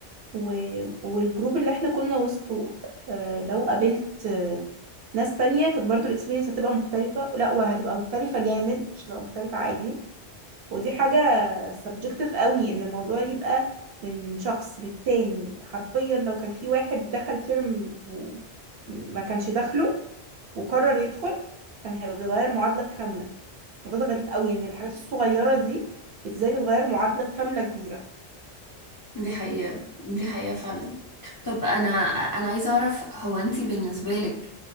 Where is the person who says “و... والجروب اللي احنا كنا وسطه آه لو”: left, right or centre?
Right